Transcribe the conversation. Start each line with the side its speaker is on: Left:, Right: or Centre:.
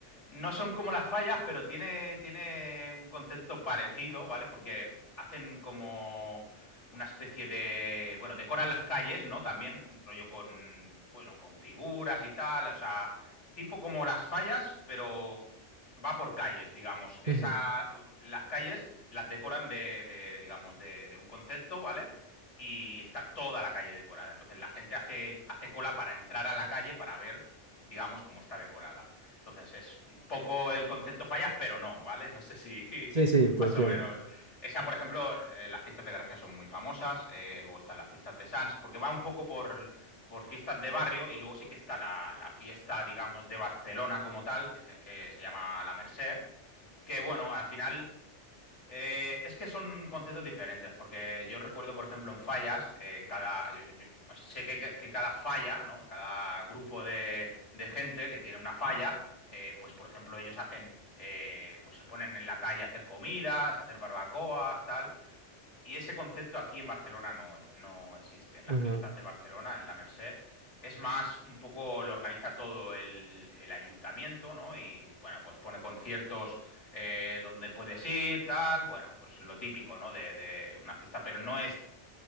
Left: No son como las fallas, pero tiene, tiene un concepto parecido, ¿vale? Porque hacen como una especie de... Bueno, decoran las calles, ¿no? También rollo con, bueno, con figuras y tal, o sea, tipo como las fallas, pero va por calles, digamos. Esa,
Right: Ujú.
Left: las calles las decoran de, de, digamos, de, de un concepto, ¿vale? y está toda la calle decorada. Entonces la gente hace, hace cola para entrar a la calle para ver, digamos, cómo está decorada. Entonces es un poco el concepto fallas, pero no, ¿vale? No sé si
Right: Sí,
Left: <laughs>
Right: sí,
Left: más
Right: te entiendo.
Left: o menos. Esa, por ejemplo, eh, las fiestas de Gracia son muy famosas, eh, luego están las fiestas de Sants, porque va un poco por, por fiestas de barrio y luego sí que está la, la fiesta, digamos, de Barcelona como tal, que se, que se llama La Merced, que bueno, al final eh, es que son conceptos diferentes, porque yo recuerdo, por ejemplo, en fallas, eh, cada, yo- yo sé que, que- que cada falla, ¿no? Cada grupo de, de gente que tiene una falla, eh, pues, por ejemplo, ellos hacen, eh, pues se ponen en la calle a hacer comidas, a hacer barbacoas, tal. Y ese concepto aquí en Barcelona no, eh, no existe. En las
Right: Ujú.
Left: fiestas de Barcelona, en la Merced, es más, un poco lo organiza todo el, el ayuntamiento, ¿no? Y bueno, pues pone conciertos eh, donde puedes ir, tal, bueno, pues lo típico, ¿no? De, de una fiesta, pero no es